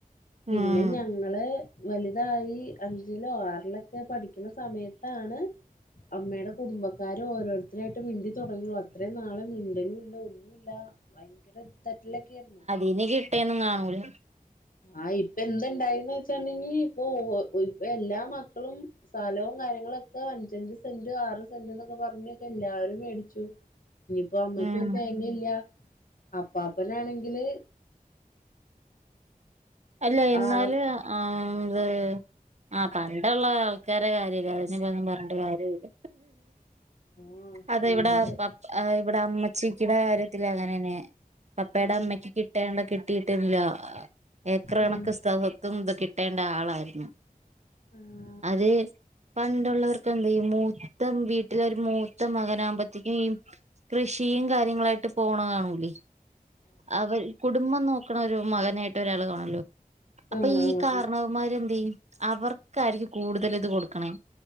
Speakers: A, on the left (about 65°); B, on the right (about 50°).
A: പിന്നെ
B: ഉം
A: ഞങ്ങള് വലുതായി അഞ്ചിലോ ആറിലോ ക്കെ പഠിക്ക്ണ സമയത്താണ് അമ്മയുടെ കുടുംബക്കാരെ ഓരോരുത്തരായിട്ട് മിണ്ടി തുടങ്ങിയുള്ളൂ അത്രേയും നാളെ മിണ്ടലും ഇല്ല ഒന്ന ഭയങ്കര തെറ്റിലൊക്കെ ആരുന്നു
B: ഇനി കിട്ടേന്നും കാണൂല
A: ആഹ് ഇപ്പൊ എന്ത്ണ്ടായിന്ന് വെച്ചുണ്ടെങ്കി ഇപ്പൊ ഇപ്പ എല്ലാ മക്കളും സ്ഥലവും കാര്യങ്ങളൊക്കെ അഞ്ചഞ്ച് സെന്റ് ആറ് സെന്റ് എന്നൊക്കെ പറഞ്ഞക്കെ എല്ലാരും മേടിച്ചു ഇനിയിപ്പോ അമ്മക്ക്
B: ഉം
A: ഒരു തേങ്ങ ഇല്ല അപ്പാപ്പനാണെങ്കില്
B: അല്ല എന്നാല്
A: ആഹ്
B: ആഹ്ത് ആഹ് പണ്ടുള്ള ആൾക്കാരെ കാര്യല്ല അതപ്പോ ഒന്നും പറഞ്ഞട്ട് കാര്യല്ല
A: ആഹ്
B: അതെ
A: എന്നിട്ട്
B: ഇവിടെ ഇവിടെ അമ്മച്ചിക്കിടെ കാര്യത്തിലും അങ്ങനെന്നെ പപ്പയുടെ
A: ഏഹ്
B: അമ്മയ്ക്ക് കിട്ടേണ്ട കിട്ടിയിട്ടില്ല ഏക്കർ
A: ആഹ്
B: കണക്കിന് സ് ദും ഇത് കിട്ടേണ്ട ആളായിരുന്നു
A: ആഹ്
B: അതെ പണ്ടുള്ളവർക്ക് എന്താ ഈ മൂത്തം വീട്ടില ഒരു മൂത്ത മകനാകുമ്പോത്തേക്കും ഈ കൃഷിയും കാര്യങ്ങളായിട്ട് പോണകാണൂലേ അവർ കുടുംബം നോക്കണ ഒരു മകനായിട്ട് ഒരാൾ കാണല്ലോ അപ്പൊ
A: ആഹ്
B: ഈ
A: ആഹ്
B: കാരണ മ്മാര് എന്ത് ചെയ്യും അവർക്കായിരിക്കും കൂടുതൽ ഇത് കൊടുക്കണേ